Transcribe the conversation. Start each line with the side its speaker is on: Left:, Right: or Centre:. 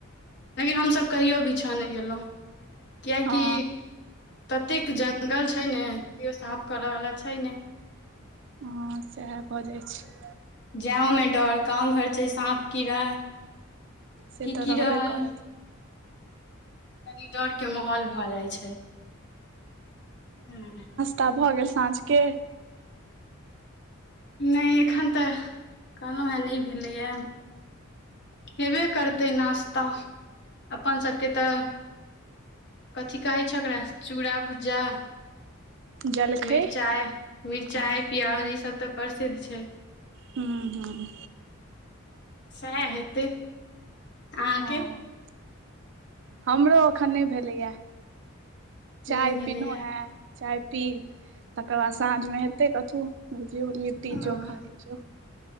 Left: लेकिन हमसभ कहियो बिछाँ नय गेलौं कियेकि।
Right: हँ
Left: ततेक जङ्गल छै ने केओ साफ करऽवला छै नय।
Right: हँ सएह भऽ जाइ छै।
Left: जैं ओमे डर गाँव घर छै साँप कीड़ा।
Right: से
Left: की
Right: तऽ
Left: की
Right: रहबे
Left: रहल
Right: करत।
Left: कनी डर के माहौल भऽ जाइ छै हँ।
Right: तब भऽ गेल साँझके।
Left: नय एखन तऽ कहलौं हेँ नय भेलैए। हेबे करतै नाश्ता अपन सभके तऽ। कथी कहै छै ओकरा चूड़ा भुजा।
Right: जलखै
Left: मिरचाइ मिरचाई
Right: हँ
Left: प्योज ई सब तऽ प्रसिद्ध छै।
Right: हूंम्म हूंम्म
Left: सेए हेतै। अहाँके
Right: हँ हमरो एखन नय भेलैए। चाय
Left: नहि भेलैया
Right: पीलौं हें चाय पीब तकर बाद साँझमे हेतै कथु। लिट्टी
Left: ओ
Right: चो खा के चो।